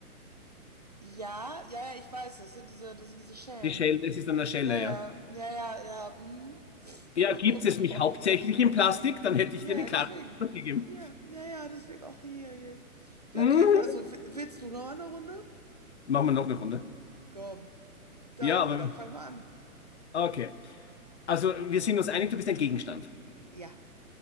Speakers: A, on the right; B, on the left.
A: Ja, ja, ja, ich weiß, das sind diese, das sind diese Schellen.
B: Die Schelle, es ist an der Schelle,
A: Ja, ja,
B: ja.
A: ja, ja, ja. Hm. <laughs>
B: Ja,
A: Oh
B: gibt's es mich
A: Gott.
B: hauptsächlich in Plastik, dann hätte ich
A: Ja,
B: dir eine
A: ja,
B: klare
A: deswegen.
B: Antwort gegeben.
A: Ja, ja, ja, deswegen auch hier, hier. Ja,
B: Mhm.
A: okay, also w- willst du noch eine Runde?
B: Machen wir noch eine Runde.
A: Komm. Dann,
B: Ja, aber
A: ja, dann fang mal an.
B: okay. Also, wir sind uns einig, du bist ein Gegenstand.
A: Ja,